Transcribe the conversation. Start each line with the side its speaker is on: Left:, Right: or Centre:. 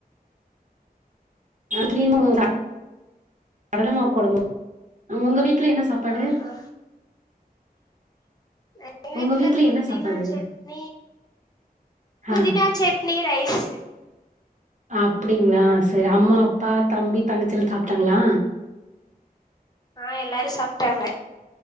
Right: <unintelligible> கடலமாவு கொழம்பு உங்க வீட்ல என்ன சாப்பாடு
Left: ஆஹா எங்க வீட்ல
Right: உங்க
Left: புதினா
Right: என்ன சாப்பாடு
Left: சட்னி புதினா
Right: ஆ
Left: சட்னி ரைஸு
Right: அப்படிங்ளா சரி அம்மா அப்பா தம்பி தங்கச்சிலா சாப்ட்டாங்ளா
Left: ஆ எல்லாரு சாப்ட்டாங்க